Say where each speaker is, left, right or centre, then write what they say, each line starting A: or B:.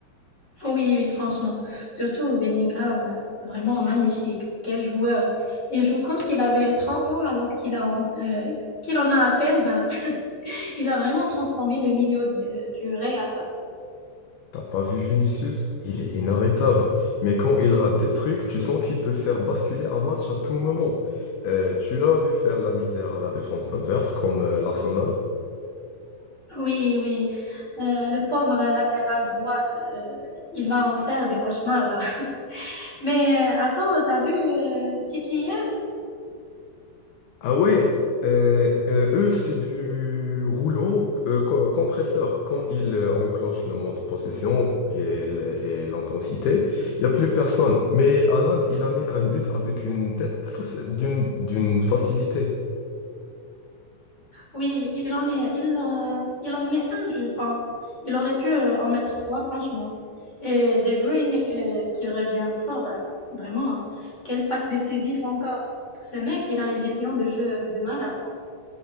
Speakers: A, on the left; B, on the left.
A: Oui, oui, franchement. Surtout Bellingham, vraiment magnifique. Quel joueur. Il joue comme s'il avait 30 ans alors qu'il a, euh, qu'il en a à peine 20. <laughs> Il a vraiment transformé le milieu de- du Real.
B: T'as pas vu Vinicius? Il est inarrêtable. Mais quand il rate des trucs, tu sens qu'il peut faire basculer un match à tout moment. Euh, tu l'as vu faire la misère à la défense adverse, comme euh, l'Arsenal.
A: Oui, oui. Euh, le pauvre latéral droite, euh, il va en faire des cauchemars là. Mais euh, attends, t'as vu euh, City hier?
B: Ah ouais, euh, euh, eux, c'est du rouleau euh, co- compresseur. Quand ils euh, enclenchent le mode possession et l- et l'intensité, il n'y a plus personne. Mais Haaland, il a mis un but avec une tête faci- d'une d'une facilité.
A: Oui, il en est, il, euh, il en met un, je pense. Il aurait pu euh, en mettre trois, franchement. Et De Bruyne euh, qui revient fort, euh, vraiment. Quelle passe décisive encore. Ce mec, il a une vision de jeu de malade. là.